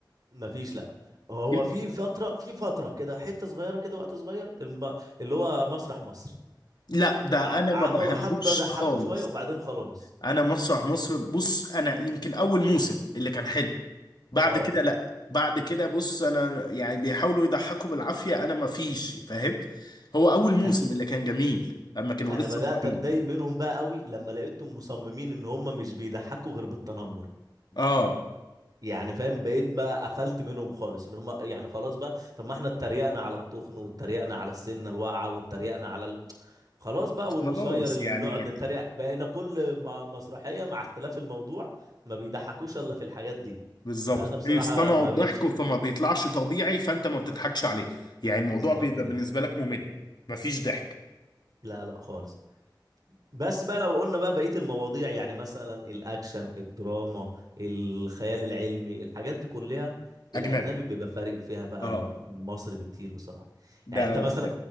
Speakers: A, on the right; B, on the left.
A: ما فيش لا هو هو
B: ال-
A: في فترة في فترة كده حتة صغيرة كده وقت صغير الم... اللي هو مسرح مصر
B: لا ده
A: ع-
B: انا ما بحبوش
A: عملوا حبة ضحكوا
B: خالص
A: شوية وبعدين خلاص
B: انا مسرح مصر بص انا يمكن اول موسم اللي كان حلو بعد
A: اه
B: كده لا بعد كده بص انا يعني بيحاولوا يضحكوا بالعافيه انا ما فيش فاهم هو اول موسم
A: انا
B: اللي كان جميل لما كانوا
A: انا
B: لسه
A: بدأت
B: طالعين
A: اتضايق منهم بقى قوي لما لقيتهم مصممين ان هم مش بيضحكوا غير بالتنمر
B: اه
A: يعني فاهم بقيت بقى قفلت منهم خالص ان هم يعني خلاص بقى طب ما احنا اتريقنا على التخن واتريقنا على السنه الواقعه واتريقنا على ال... خلاص بقى
B: خلاص
A: والقصير اللي
B: يعني
A: بنقعد نتريق بقينا كل م- مسرحيه مع اختلاف الموضوع ما بيضحكوش الا في الحاجات دي
B: بالظبط
A: فانا بصراحه
B: بيصطنعوا
A: ما
B: الضحك
A: بقتش
B: فما بيطلعش طبيعي فانت ما بتضحكش عليه يعني الموضوع
A: بالظبط
B: بيبقى
A: كده
B: بالنسبه لك ممل مفيش ضحك
A: لا لا خالص بس بقى لو قلنا بقى بقية المواضيع يعني مثلا الأكشن الدراما الخيال العلمي الحاجات دي كلها
B: اجنبي
A: الأجنبي بيبقى فارق فيها بقى
B: اه
A: الم- المصري بكتير بصراحة
B: ده
A: يعني أنت مثلا